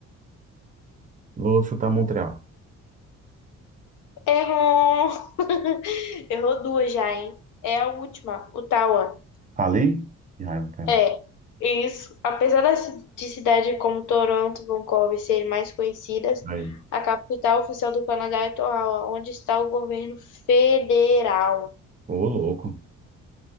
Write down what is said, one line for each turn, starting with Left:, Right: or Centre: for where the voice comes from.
Right: Vou chutar Montreal.
Left: Errou! <laughs> Errou duas já, hein? É a última, Ottawa.
Right: Falei? Que raiva, cara.
Left: É, isso. Apesar da ci- de cidades como Toronto e Vancouver serem mais conhecidas,
Right: Aí.
Left: a capital oficial do Canadá é Ottawa, onde está o governo federal.
Right: Ô, louco.